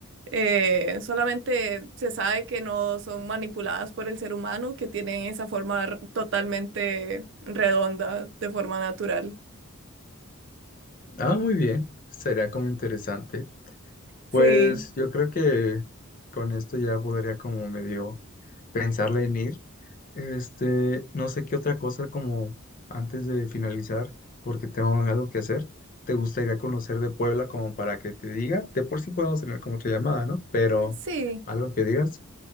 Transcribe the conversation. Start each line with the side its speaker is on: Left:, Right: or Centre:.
Right: eh, solamente se sabe que no son manipuladas por el ser humano, que tienen esa forma r- totalmente redonda, de forma natural.
Left: Ah, muy bien. Sería como interesante. Pues
Right: Sí,
Left: yo creo que con esto ya podría como medio pensarle en ir. Este, no sé qué otra cosa como antes de finalizar, porque tengo algo que hacer. ¿Te gustaría conocer de Puebla como para que te diga? De por sí podemos tener como otra llamada, ¿no? Pero
Right: sí.
Left: algo que digas.